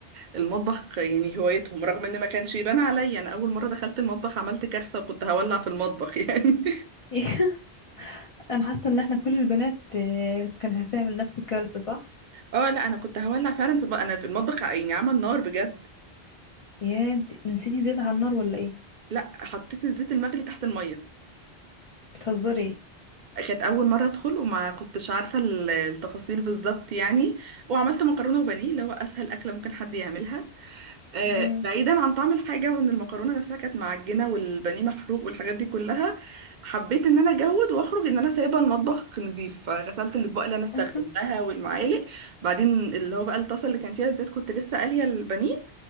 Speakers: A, on the right; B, on the left.
A: المطبخ يعني هوايتهم رغم ان ما كانش يبان عليا انا اول مره دخلت المطبخ عملت كارثه وكنت هولع في المطبخ <laughs> يعني
B: <laughs> انا حاسه ان احنا كل البنات آه، كانت هتعمل نفس الكارثه صح
A: اه لا انا كنت هولع فعلا في المطبخ انا في المطبخ يعني عمل نار بجد
B: يا انت نسيتي زيت على النار ولا ايه
A: لا حطيت الزيت المغلي تحت الميه
B: بتهزري ايه
A: كانت اول مره ادخل وما كنتش عارفه ال- التفاصيل بالظبط يعني وعملت مكرونه وبانيه اللي هو اسهل اكله ممكن حد يعملها آه،
B: امم
A: بعيدا عن طعم الحاجة وان المكرونة نفسها كانت معجنة والبانيه محروق والحاجات دي كلها حبيت ان انا اجود واخرج ان انا سايبة المطبخ نظيف فغسلت الاطباق اللي انا استخدمتها
B: <laughs>
A: والمعالق بعدين اللي هو بقى الطاسة اللي كان فيها الزيت كنت لسه قالية البانيه